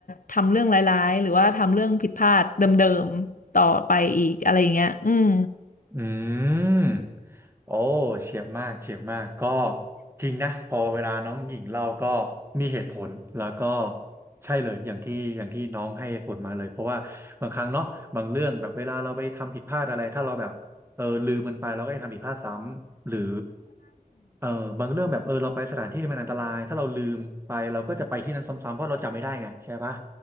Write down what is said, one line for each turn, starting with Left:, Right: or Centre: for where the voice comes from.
Left: ทำเรื่องร้ายๆหรือว่าทำเรื่องผิดพลาดเดิมๆต่อไปอีกอะไรอย่างเงี้ยอืม
Right: อืม โอ้เฉียบมากเฉียบมากก็จริงนะพอเวลาน้องหญิงเล่าก็มีเหตุผลแล้วก็ใช่เลยอย่างที่อย่างที่น้องให้เหตุผลมาเลยเพราะว่าบางครั้งเนาะบางเรื่องแบบเวลาเราไปทำผิดพลาดอะไรถ้าเราแบบเออลืมมันไปเราก็จะทำผิดพลาดซ้ำหรือเออบางเรื่องแบบเออเราไปสถานที่ที่มันอันตรายถ้าเราลืมไปเราก็จะไปที่นั้นซ้ำๆเพราะเราจำไม่ได้ไงใช่ปะ